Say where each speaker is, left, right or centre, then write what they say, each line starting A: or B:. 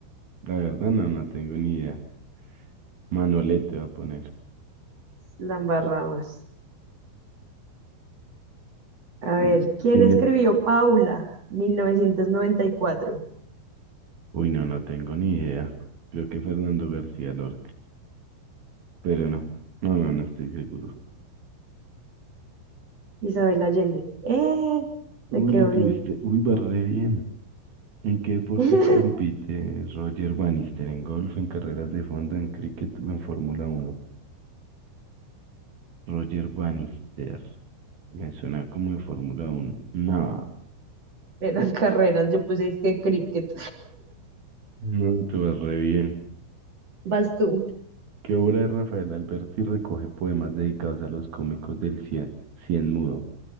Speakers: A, on the right; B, on the right.
A: La verdad, no, no tengo ni idea. Manolete va a poner.
B: La embarramos. A ver,
A: Mm,
B: ¿quién
A: ¿Quién
B: escribió
A: es?
B: Paula? 1994.
A: Uy, no, no tengo ni idea. Creo que Fernando García Lorca, pero no, no, no, no estoy seguro.
B: Isabel Allende. ¡Eh! Me
A: Uy,
B: quedó
A: lo tuviste.
B: bien.
A: Uy, va re bien. ¿En qué deporte
B: <laughs>
A: compite Roger Bannister? ¿En golf, en carreras de fondo, en cricket o en Fórmula Uno. Roger Bannister. Me suena como de Fórmula Uno. No,
B: Eran carreras, yo puse es que cricket.
A: no, te vas re bien.
B: Vas tú.
A: ¿Qué obra de Rafael Alberti recoge poemas dedicados a los cómicos del cien, cien mudo?